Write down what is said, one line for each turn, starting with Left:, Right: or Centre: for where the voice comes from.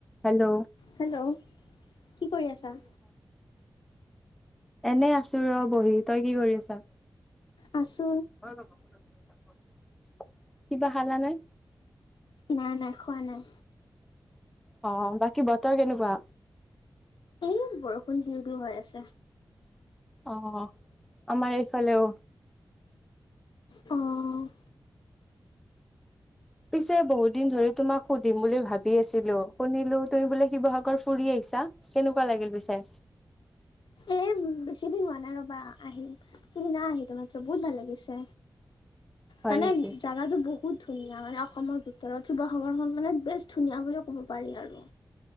Centre: হেল্ল'
Left: হেল্ল' কি কৰি আছা
Centre: এনে আছো ৰ বহি তই কি কৰি আছা
Left: আছো
Centre: <inaudible> কিবা খালা নে
Left: নাই নাই খোৱা নাই।
Centre: অ বাকী বতৰ কেনেকুৱা?
Left: এই বৰষুণ দিওঁ দিও হৈ আছে।
Centre: অ' আমাৰ এইফালে
Left: অ'
Centre: পিছে বহুত দিন ধৰি তোমাক সুধিম বুলি ভাবি আছিলো শুনিলো তুমি বোলে শিৱসাগৰ ফুৰি আহিছা কেনেকুৱা লাগিল পিছে
Left: এই বেছি দিন হোৱা নাই ৰবা আহিম খিদিনা নাই আহিলো মাত্ৰ বহুত ভাল লাগিছে
Centre: হয়
Left: মানে
Centre: নেকি
Left: জাগাটো বহুত, ধুনীয়া মানে অসমৰ ভিতৰত শিৱাসৰখন মানে বেছ ধুনীয়া ব বুলি ক'ব পাৰি আৰু